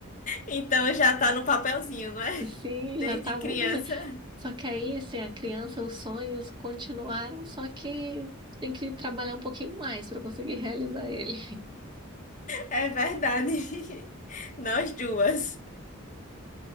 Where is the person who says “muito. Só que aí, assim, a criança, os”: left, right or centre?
Right